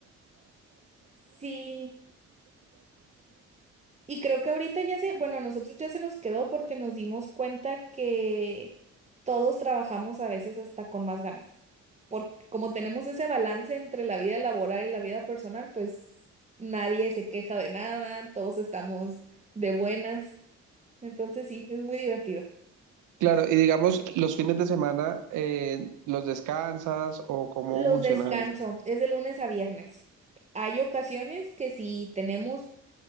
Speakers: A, on the right; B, on the right.
A: Sí, Y creo que ahorita ya se, bueno, a nosotros ya se nos quedó porque nos dimos cuenta que todos trabajamos a veces hasta con más ganas. Porque como tenemos ese balance entre la vida laboral y la vida personal, pues nadie se queja de nada, todos estamos de buenas. Entonces sí, es muy divertido.
B: Claro, y digamos, los fines de semana, eh, ¿los descansas o cómo
A: Los
B: funciona
A: descanso,
B: eso?
A: es de lunes a viernes. Hay ocasiones que si tenemos